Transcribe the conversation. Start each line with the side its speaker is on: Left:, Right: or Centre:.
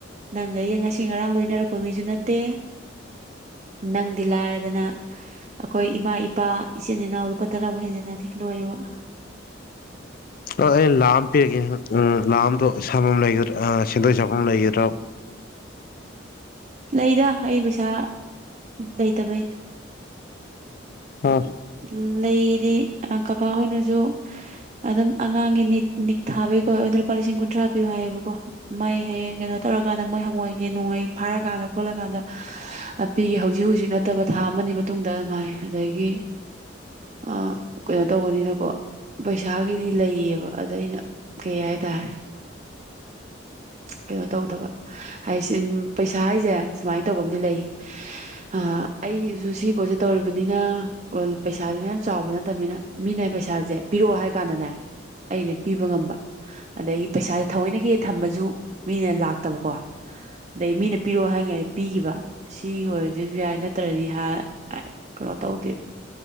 Right: ꯅꯪꯒ ꯑꯩꯒ ꯉꯁꯤ ꯉꯔꯥꯡ ꯂꯣꯏꯅꯔꯛꯄ ꯃꯤꯁꯨ ꯅꯠꯇꯦ꯫ ꯅꯪꯗꯤ ꯂꯥꯏꯔꯗꯅ ꯑꯈꯣꯏ ꯏꯃꯥ ꯏꯄꯥ ꯏꯆꯤꯟ ꯏꯅꯥꯎ ꯂꯨꯄꯥ ꯇꯔꯥꯕꯛ ꯍꯦꯟꯖꯤꯟꯅꯗꯦ ꯂꯣꯏꯔꯦ ꯋꯥ꯫
Left: ꯑ ꯑꯩꯅ ꯂꯥꯛ ꯑꯝ ꯄꯤꯔꯒꯦ <unintelligible> ꯂꯥꯛ ꯑꯝꯗꯣ ꯁꯥꯟꯕꯝ ꯂꯩꯒꯗ꯭ꯔ ꯑꯥ ꯁꯦꯟꯗꯣꯏ ꯆꯥꯕꯝ ꯂꯩꯒꯗ꯭ꯔ‌ꯣ
Right: ꯂꯩꯗ ꯑꯩ ꯄꯩꯁꯥ ꯂꯩꯇꯕꯩꯩꯟ꯫
Left: ꯑꯥ
Right: ꯎꯝ ꯂꯩꯌꯦꯗꯤ ꯑ ꯀꯥꯀꯥ ꯍꯣꯏꯅꯁꯨ ꯑꯗꯨꯝ ꯑꯉꯥꯡꯒꯤ ꯅꯤꯠ ꯅꯤꯛ ꯊꯥꯕꯩꯀꯣ ꯑꯩꯉꯣꯟꯗ ꯂꯨꯄꯥ ꯂꯤꯁꯤꯡ ꯀꯨꯟꯊ꯭ꯔꯥ ꯄꯤꯌ‌ꯣ ꯍꯥꯏꯌꯦꯕꯀꯣ꯫ ꯃꯩ ꯍꯌꯦꯡ ꯀꯩꯅꯣ ꯇꯧꯔꯛꯀꯥꯟꯗ ꯃꯣꯏ ꯍꯪꯉꯣꯏꯒꯤ ꯅꯣꯡꯃꯩ ꯐꯥꯔꯀꯥꯟꯗ ꯈꯣꯠꯂꯀꯥꯟꯗ ꯄꯤꯒꯦ ꯍꯧꯖꯤꯛ ꯍꯨꯖꯤꯛ ꯅꯠꯇꯕ ꯊꯥ ꯑꯃꯅꯤ ꯃꯇꯨꯡꯗ ꯑꯝ ꯍꯥꯏ ꯑꯗꯒꯤ ꯑꯥ ꯀꯩꯅꯣ ꯇꯧꯕꯅꯤꯅꯀꯣ ꯄꯩꯁꯥꯒꯤꯗꯤ ꯂꯩꯌꯦꯕ ꯑꯗ ꯑꯩꯅ ꯀꯩ ꯍꯥꯏꯇꯥꯔ ꯀꯩꯅꯣ ꯇꯧꯗꯕ ꯍꯥꯏꯁꯤꯟ ꯄꯩꯁꯥ ꯍꯥꯏꯖ‌ꯦ ꯁꯨꯃꯥꯏꯟ ꯇꯧꯕ ꯑꯝꯗꯤ ꯂꯩ ꯍꯥ ꯑꯩꯒꯤꯖꯨ ꯁꯤ ꯄꯣꯠꯁꯤ ꯇꯧꯔꯤꯕꯅꯤꯅ ꯄꯨꯜ ꯄꯩꯁꯥꯖꯤꯅ ꯌꯥꯝ ꯆꯥꯎꯕ ꯅꯠꯇꯕꯅꯤꯅ ꯃꯤꯅ ꯄꯩꯁꯥꯖ‌ꯦ ꯄꯤꯔ‌ꯣ ꯍꯥꯏ ꯀꯥꯟꯗꯅꯦ ꯑꯩꯅ ꯄꯤꯕ ꯉꯝꯕ ꯑꯗꯒꯤ ꯄꯩꯁꯥ ꯊꯑꯣꯏꯅꯒꯤ ꯍ‌ꯦ ꯊꯝꯃꯖꯨ ꯃꯤꯅ ꯂꯥꯛꯇꯕꯀꯣ ꯑꯗꯩ ꯃꯤꯅ ꯄꯤꯔ‌ꯣ ꯍꯥꯏꯉꯩ ꯄꯤꯒꯤꯕ ꯑꯁꯤ ꯑꯣꯏꯔꯗꯤ ꯗꯨꯝ ꯌꯥꯏ ꯅꯠꯇ꯭ꯔꯗꯤ ꯍꯥ ꯀꯩꯅꯣ ꯇꯧꯗꯦ